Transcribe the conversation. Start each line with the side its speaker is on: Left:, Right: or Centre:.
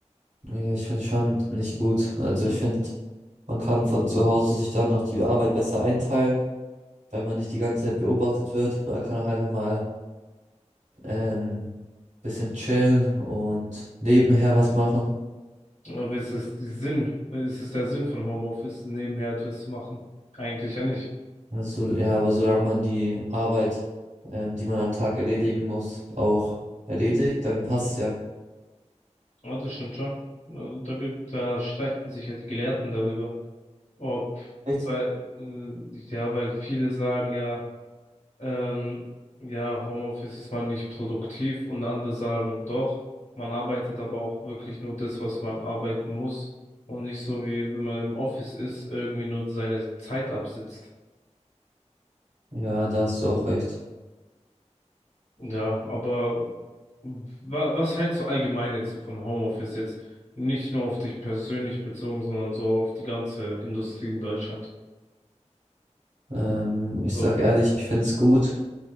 Right: Ja, ich finde schon nicht gut. Also
Left: Hm?
Right: ich finde, Man kann von zu Hause sich dann noch die Arbeit besser einteilen, weil man nicht die ganze Zeit beobachtet wird. Man kann auch einfach mal ähm, bisschen chillen und nebenher was machen.
Left: Aber ist es die Sinn, ist es der Sinn von Homeoffice, nebenher etwas zu machen? Eigentlich ja nicht.
Right: Also, ja, aber solange man die Arbeit, ähm, die man am Tag erledigen muss, auch erledigt, dann passt
Left: Mhm.
Right: ja.
Left: Ja, das stimmt schon. Also Da gibt, da streiten sich ja die Gelehrten darüber. ob,
Right: Echt?
Left: weil, äh, ja, weil viele sagen ja, ähm, ja, Homeoffice ist man nicht produktiv und andere sagen doch, man arbeitet aber auch wirklich nur das, was man arbeiten muss und nicht so wie wenn man im Office ist, irgendwie nur seine Zeit absitzt.
Right: Ja, da hast du auch recht.
Left: Ja, aber wa was hältst du allgemein jetzt so von Homeoffice jetzt? Nicht nur auf dich persönlich bezogen, sondern so auf die ganze Industrie in Deutschland.
Right: Ähm, ich
Left: So.
Right: sag ehrlich, ich find's gut,